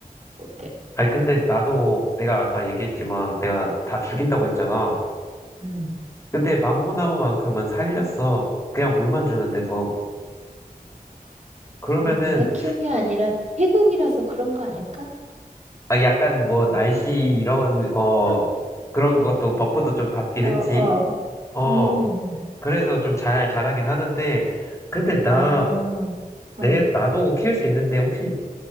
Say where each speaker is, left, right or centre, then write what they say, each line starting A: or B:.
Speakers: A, on the right; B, on the left.
A: 못해.
B: 아니, 근데 나도 내가 아까 얘기했지만 내가 다 죽인다고 했잖아.
A: 음,
B: 근데 망고나무만큼은 살렸어. 그냥 물만 주는데도. 그러면은,
A: 뭔 네가 키운 게 아니라 태국이라서 그런 거 아닐까?
B: 아, 약간 뭐, 날씨, 이런, 어,
A: <laughs>
B: 그런 것도 버프도 좀 받긴
A: 어,
B: 했지.
A: 어,
B: 어,
A: 음,
B: 그래서 좀 잘 자라긴 하는데, 근데 나,
A: 아, 어.
B: 내, 나도 키울 수 있는데, 혹시